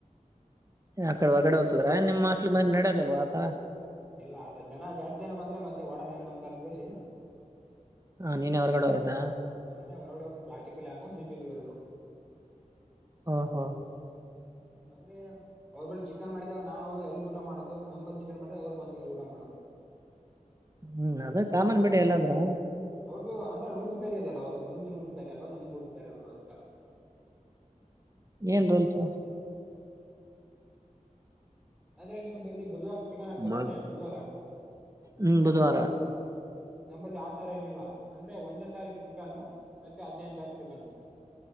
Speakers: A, on the right (about 25°); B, in the centre.
A: ಆ ಕಡೆ ಹೊರಗಡೆ ಹೋಗ್ತದ್ರ ನಿಮ್ಮ ಅಲಿ ಮೆ ನಡೋದಲ್ವಾ ಆತಾ
B: ಇಲ್ಲ ಅ ಜನ ಜಾಸ್ತಿ ಜನ ಬಂದ್ರೆ ಮತ್ತೆ ಒಡನ್ ಏನ ಅಂತ ಅಂದಗಷಿ
A: ಹಾ ನೀನ್ ಹೊರಗಡೆ ಹೋಗಿದ್ದ.
B: ನಾನೇ ಹೊರಗಡೆ ಒಂದು ಪ್ಲಾಸ್ಟಿಕ್ಲ್ಲಿ ಹಾಕೊಂಡು ತಂತೀವಿ ಎಲ್ರು
A: ಹ ಹ
B: ಹ್ಮ್ ಅ್ರೆ ಅವ್ರ ಬಳಿ ಚಿಕನ್ ಮಾಡಿದಾಗ ನಾವಾಗ ಅಲ್ಲಿಟ್ಟ ಊಟ ಮಾಡೋದು ನಂಬಲ್ಲಿ ಚಿಕನ್ ಮಾಡ್ ಅವ್ ಬ ಇ ಊಟ ಮಾಡೋದು.
A: ಹ್ಮ್ ಅದೇ ಕಾಮನ್ ಬಿಡಿ ಎಲ್ಲಾದ್ರುೂ
B: ಅವ್ರ್ದ ಅಂದ್ರೆ ರಲ್ ಬೇರೆ ಅಲ್ಲ ಅವ್ರರು ನಿಮ್ದ್ ರಲ್ ಬೇರೆಲ್ವಾ ನಮ್ದ ರೂಲ್ಸ್ ಬೇ ಅಲ್ವಾ ಅ ಈತರ
A: ಏನ್ ರೋಲ್ಸ
B: ಅಂದ್ರೆ ನಿಮ್ಲ್ಲಿ ಬುಧವಾರ ಚಿಕನ್ ಆಗ್ತಾರವಲ್ಲೇ
A: ಮಾಡ್
B: ಬುಧವಾರ
A: ಹ್ಮ್ ಬುಧವಾರ
B: ನಂಬಲ್ಲಿ ಆ ತರ ಏನಿಲ್ಲ ಅಂದ್ರೆ ಒಂದನೇ ತಾರೀಕು ಚಿಕನ್ನು ಮತ್ತೆ ಹದ್ೈದೇ ತಾರೀಕು ಚಿಕನ್ನು